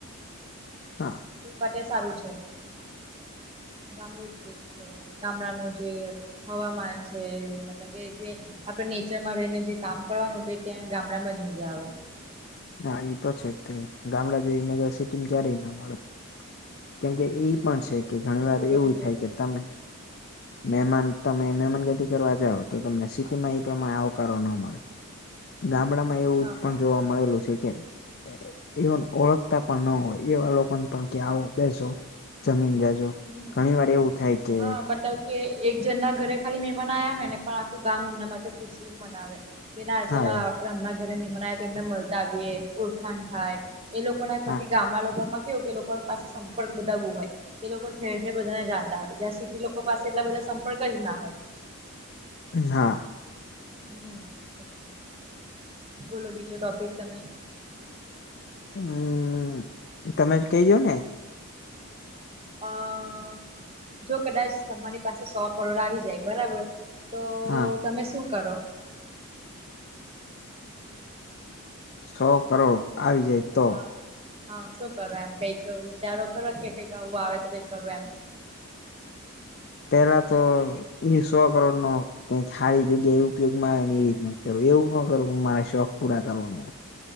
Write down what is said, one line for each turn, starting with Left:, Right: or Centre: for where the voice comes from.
Left: હા
Right: ઈ માટે સારું છે ગામડું જ બેસ્ટ છે ગામડાનું જે હવામાન છે મતલબ કે જે આપડે નેચરમાં રહીને જે કામ કરવાનું તે ત્યાં ગામડામાં જ મજા આવે.
Left: હા ઈ તો છે જ તે ગામડા જેવી મજા સિટી ક્યારેય ના
Right: હા
Left: મળે કેમકે ઈ પણ
Right: સાચી
Left: છે
Right: વાત
Left: કે ઘણી વાર
Right: બોલો
Left: એવુંય
Right: બીજો
Left: થાય
Right: ટોપિક
Left: કે તમે
Right: <inaudible>
Left: મહેમાન તમે મહેમાન ગતિ કરવા જાવ તો તમને સિટીમાં એ પ્રમાણે આવકારો ન મળે ગામડા માં એવું
Right: હા હા
Left: પણ જોવા મળેલું છે કે એ એવન ઓળખતા પણ ન હોય એવા લોકોને પણ કે આવો બેસો જમીન જાજો
Right: હમ
Left: ધણી વાર એવુ થાય કે
Right: હા મતલબ કે એક જન ના ઘરે ખાલી મહેમાન આયા હોય ને પણ આખું ગામ એમના માટે ખુશી મનાવે કે ના
Left: હા
Right: ચલો આપડે એમના ઘરે મહેમાન તો એમને મળતા આવીએે ઓળખાણ થાય એ લોકો એ લોકો ના
Left: હા
Right: થકી ગામડા લોકોમાં કેવું કે લોકો પાસે સંપર્ક બધા બૌવ હોય. એ લોકો ઠેર ઠેર બધાને જાણતા હોય જ્યાં સીટી લોકો પાસે એટલા બધા સંપર્ક જ ના હોય.
Left: હા.
Right: હમ એટલે બોલો બીજો ટોપિક તમે
Left: અમમ તમે જ કઈ દયો ને.
Right: અઅ જો કદાચ તમારી પાસે સો કરોડ આવી જાય બરાબર તો
Left: હા
Right: તમે શું કરો.
Left: સો કરોડ આવી જાય તો
Right: હ હ શું કરો એમ કંઈક વિચારો ખરા કે કંઈક આવું આવે તો કંઈક કરું એમ
Left: પેલા તો ઈ સો કરોડ નો કાઈક હારી જગ્યાએ ઉપયોગ માં આવે ને એ રીત ના કરું એવું ન કરવું હું મારા શોખ પૂરા કરવા મા